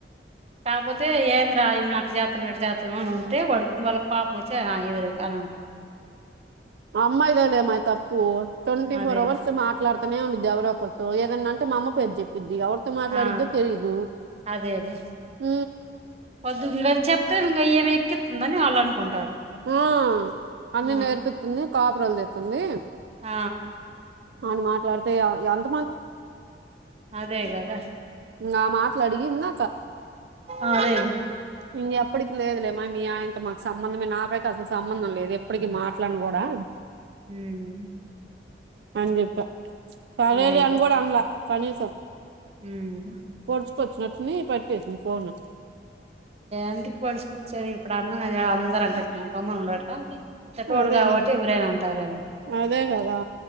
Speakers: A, on the right (about 35°); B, on the right (about 70°).
A: కాకపోతే ఏంది రా ఏమే అటు చేతన్నా పెట్ చేతాం అని ఉంటే వడు వాళ్ళకి పాపం వచ్చి ఎదురు అని ఉంటారు
B: అమ్యిదాలే మా తప్పు ట్వంటీ
A: అదే
B: ఫోర్ అవర్స్ మాట్లా అతనే ఉండిది ఎవరో ఒకరితో ఏదన్నన్నాంటే మా అమ పేరు చెప్పి ఏర్తో మాట్లాడద్దో
A: ఆ
B: తెలిదు
A: అదే అదే
B: హ
A: వద్దు ఇంక అది చెప్తే ఈమె ఏమి ఎక్కితుందని వాళ్ళు అనుకుంటారు
B: ఆ అన్ని
A: ఆ
B: నేర్పిస్తుంది కాపురలు తెతుంది
A: ఆ
B: అని మాట్లాడతే ఆమె
A: అదే కదా
B: నా మాటలడిగిన్న
A: అదే
B: ఉమ్ ఎప్పటికి లేదు లె మా మీ ఆయనతొ మాకు సంబంధమే నాక్ ఎపుడైతె అసలు సంబంధం లేదు ఎప్పటికి మాట్లాడిన కూడా
A: ఊమ్మ్
B: నేన్ జెప్ప సరే
A: అదే
B: లె అని కూడ అన్లా కనీసం
A: అదే
B: వచ్చినట్టుంది పట్టేసింది ఫోన్ ను
A: ఎందుకు పలిసిపొచ్చేది ఇప్పుడు అన్నఉన్నడు గా అందరు అంటారు నిన్ను గమ్మునుండు అని ఎత్తటోడు
B: అదేగా
A: కాబట్టి ఎవరైనా అంటారని
B: అదే కదా